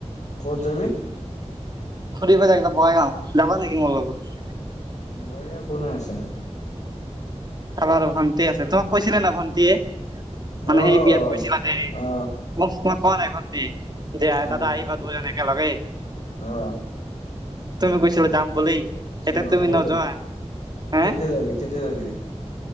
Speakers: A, on the left; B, on the right.
A: ক'ত যাবি?
B: ফুৰিব যায় একদম বঙাইগাঁও, যাবা নেকি মোৰ লগত?
A: বঙাইগাঁৱত কোনে আছে?
B: আমাৰ ভণ্টি আছে, তোমাক কৈছিলে না ভণ্টিয়ে মানে
A: অ অ
B: সেই বিয়াত গৈছিলা যে
A: অ
B: মোক, তোমাক <unintelligible> কোৱা নাই ভন্টি, যে আ
A: অ
B: দাদা আহিবা দুইজন একেলগে।
A: অ
B: তুমি কৈছিলা যাম বুলি। এতিয়া
A: অ
B: তুমি
A: হ'ব
B: নোযোৱা
A: দে,
B: হে
A: কেতিয়া যাবি কেতিয়া যাবি?